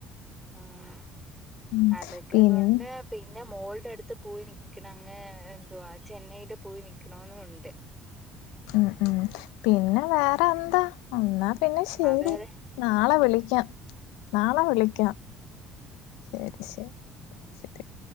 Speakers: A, in the centre; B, on the left.
A: ആഹ്
B: ഉം
A: അതൊക്കെ
B: പിന്നെ
A: കൊണ്ട് പിന്നെ മോൾടെ അടുത്ത് പോയി നിക്കണങ്ങ് എന്തുവാ ചെന്നൈയില് പോയി നിക്കണവെന്നുണ്ട്
B: ഉം ഉം പിന്നെ വേറെ എന്താ എന്നാ പിന്നെ ശരി
A: അവര്
B: നാളെ വിളിക്കാം, നാളെ വിളിക്കാം ശരി ശരി ശരി <inaudible>